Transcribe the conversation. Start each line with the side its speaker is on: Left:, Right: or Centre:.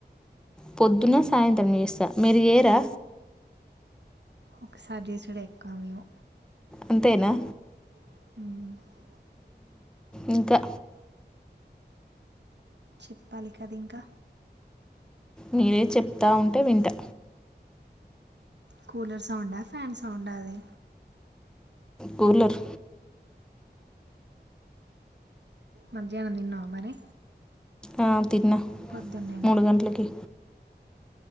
Centre: పొద్దున్న సాయంత్రం చేస్తా మీరు ఏరా
Right: ఒకసారి చేసుడే ఎక్కవ మేము
Centre: అంతేనా
Right: <inaudible>
Centre: ఇంకా
Right: చెప్పాలి కదా ఇంకా
Centre: మీరే చెప్తా ఉంటే వింటా
Right: కూలర్ సౌండ్ ఆ ఫ్యాన్ సౌండ్ ఆ ఆది
Centre: కూలర్
Right: మధ్యాహ్నం తిన్నావా మరి
Centre: ఆ తిన్నా
Right: పొద్దున్నేనా
Centre: మూడు గంటలకి